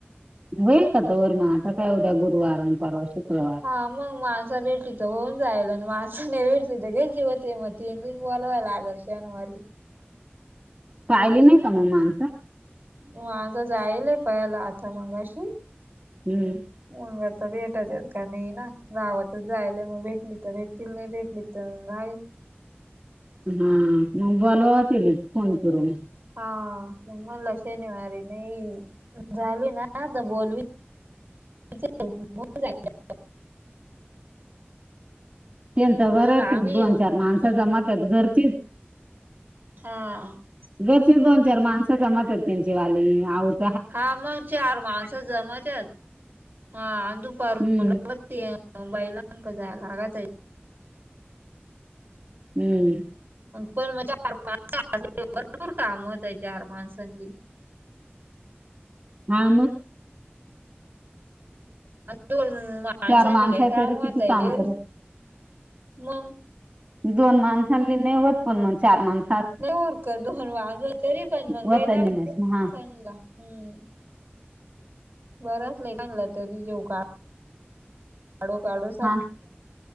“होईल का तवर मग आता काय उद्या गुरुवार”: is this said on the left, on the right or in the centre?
Right